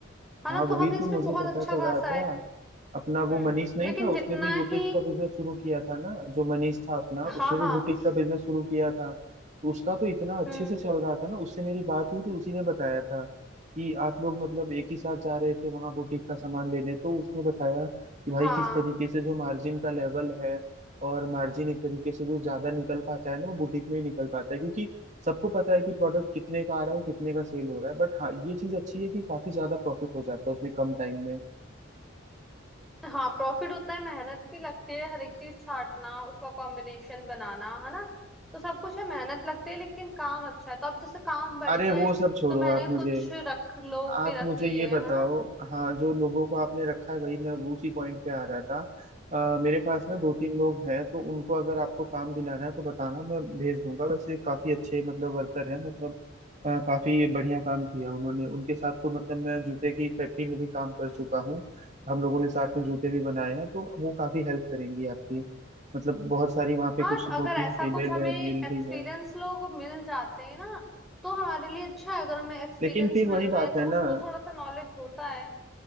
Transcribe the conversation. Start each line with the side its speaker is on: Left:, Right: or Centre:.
Centre: है
Right: हाँ
Centre: ना तो
Right: वही
Centre: हमें
Right: तो
Centre: इसमें
Right: मुझे
Centre: बहुत
Right: पता
Centre: अच्छा
Right: चला
Centre: खासा
Right: था
Centre: है
Right: अपना वो
Centre: हम्म
Right: मनीष नहीं
Centre: लेकिन
Right: था उसने
Centre: जितना
Right: भी बुटीक
Centre: ही
Right: का बिजनेस शुरू किया था ना जो मनीष था अपना
Centre: हाँ
Right: उसने
Centre: हाँ
Right: भी बुटीक का बिजनेस शुरू किया था तो उसका तो इतना अच्छे
Centre: हम्म
Right: से चल रहा था ना उससे मेरी बात हुई तो उसी ने बताया था कि आप लोग मतलब एक ही साथ जा रहे थे वहां बुटीक का सामान लेने तो उसने बताया कि भाई
Centre: हाँ
Right: किस तरीके से जो मार्जिन का लेवल है और मार्जिन एक तरीके से जो ज्यादा निकल पाता है ना वो बुटीक में ही निकल पाता है क्योंकि सबको पता है कि प्रोडक्ट कितने का आ रहा है और कितने का सेल हो रहा है बट हाँ ये चीज अच्छी है कि काफी ज्यादा प्रॉफिट हो जाता है उसमें कम टाइम में
Centre: हाँ प्रॉफिट होता है मेहनत भी लगती है हर एक चीज छांटना उसका कॉम्बिनेशन बनाना है ना तो सब कुछ है मेहनत लगती है लेकिन काम अच्छा है तो अब जैसे काम बढ़
Right: अरे
Centre: गया
Right: वो
Centre: है
Right: सब छोड़ो
Centre: तो मैंने
Right: आप मुझे
Centre: कुछ रख लोग
Right: आप
Centre: भी रख
Right: मुझे
Centre: लिए
Right: ये बताओ
Centre: है ना
Right: हाँ जो लोगों को आपने रखा है वही मैं वो उसी पॉइंट पे आ रहा था अ, मेरे पास
Centre: हम्म
Right: ना दो तीन लोग हैं तो उनको अगर आपको काम दिलाना है तो बताना मैं भेज दूंगा वैसे काफी अच्छे मतलब वर्कर हैं मतलब अ, काफी बढ़िया काम किया उन्होंने उनके साथ तो मतलब मैं जूते की फैक्ट्री में भी काम कर चुका हूँ हम लोगों ने साथ में जूते भी बनाए हैं तो वो काफी हेल्प करेंगी आपकी मतलब बहुत सारी वहाँ पे
Centre: हाँ
Right: कुछ
Centre: तो अगर
Right: दो तीन
Centre: ऐसा
Right: फीमेल
Centre: कुछ हमें
Right: है मेल
Centre: एक्सपीरियंस
Right: भी है
Centre: लोग मिल जाते हैं ना तो हमारे लिए अच्छा है अगर हमें एक्सपीरियंस
Right: लेकिन फिर
Centre: मिल
Right: वही
Centre: रहे
Right: बात
Centre: हैं तो
Right: है ना
Centre: उनको थोड़ा सा नॉलेज होता है